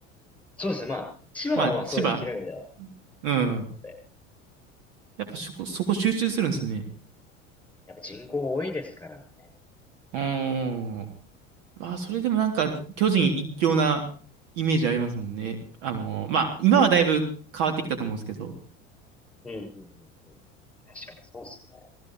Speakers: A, in the centre; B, on the right.
A: そうですね。まあ、千葉はまあそうです。
B: まあ、千葉、
A: 広い意味では。
B: うん。
A: だって
B: やっぱそこ、そこ集中するんですね。
A: やっぱ人口多いですからね。
B: うーん。まあ、それでもなんか巨人一強なイメージありますもんね。あの、まあ、今はだいぶ変わってきたと思うんですけど。
A: そう。うんうんうんうん。確かにそうですね。